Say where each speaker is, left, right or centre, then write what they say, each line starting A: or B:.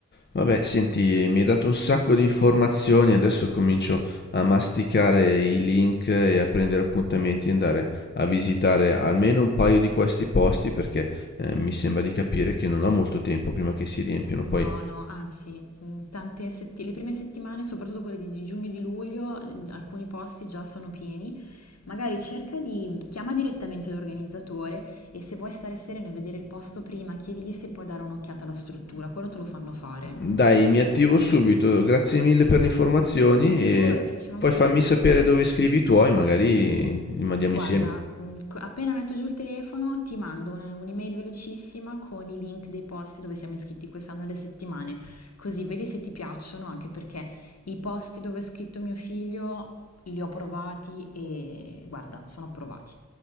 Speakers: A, on the left; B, on the left.
A: Vabbè, senti, mi hai dato un sacco di informazioni, adesso comincio a masticare i link e a prendere appuntamenti e andare a visitare almeno un paio di questi posti, perché eh, mi sembra di capire che non ho molto tempo prima che si riempiano,
B: No,
A: poi
B: no, anzi, mh, tante setti- le prime settimane, soprattutto quelle di, di giugno e di luglio, mh, alcuni posti già sono pieni. Magari cerca di mm, chiama direttamente l'organizzatore e se vuoi stare serena e vedere il posto prima, chiedigli se puoi dare un'occhiata alla struttura, quello te lo fanno fare.
A: Dai, mi attivo subito. Grazie mille per le informazioni
B: Figurati,
A: e
B: ci mancherebbe.
A: poi fammi sapere dove scrivi i tuoi, magari li mandiamo
B: Guarda,
A: insieme.
B: mh, co- appena metto giù il telefono ti mando una- un'email velocissima con i link dei posti dove siamo iscritti quest'anno alle settimane, così vedi se ti piacciono, anche perché i posti dove è scritto mio figlio li ho provati e guarda, sono approvati.